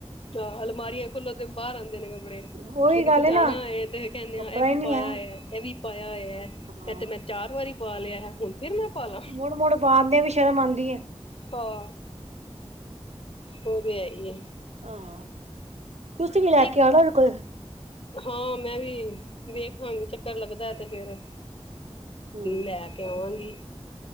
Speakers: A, on the left; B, on the right.
A: ਆ ਅਲਮਾਰੀਆਂ ਖੁੱਲੋ ਤੇ ਬਾਹਰ ਆਉਂਦੇ ਨੇ ਕਪ ੜੇ
B: ਉਹੀ
A: ਜੇ ਕਿਤੇ
B: ਗੱਲ ਹੈ
A: ਜਾਣਾ
B: ਨਾ
A: ਹੈਏ ਤੇ ਕਹਿੰਦੇ
B: ਕੱਪੜਾ
A: ਆ ਇਹ ਵੀ
B: ਹੀ ਨੀ
A: ਪਾਇਆ
B: ਹੈ
A: ਹੋਯੈ, ਇਹ ਵੀ ਪਾਇਆ ਹੋਯੈ
B: ਹਾਂ
A: ਇਹ ਤੇ ਮੈਂ ਚਾਰ ਵਾਰੀ ਪਾ ਲਿਆ ਏ ਹੁਣ ਫਿਰ ਮੈਂ ਪਾ ਲਾ।
B: ਮੁੜ, ਮੁੜ ਪਾ ਕੇ ਵੀ ਸ਼ਰਮ ਆੰਦੀ ਏ।
A: ਹਾਂ। ਔਹ ਤੇ ਹੈ ਈ ਏ।
B: ਹਾਂ, ਤੁਸੀਂ ਵੀ ਲੈ ਕੇ
A: ਇੱਕ
B: ਆਔ ਨਾ ਔਹਦੇ ਕੋਲ
A: ਹਾਂ ਮੈਂ ਵੀ ਵੇਖਾਂਗੀ ਚੱਕਰ ਲੱਗਦਾ ਤੇ ਫੇਰ,
B: ਹਮ
A: ਲੈ ਕੇ ਆਵਾਂਗੀ,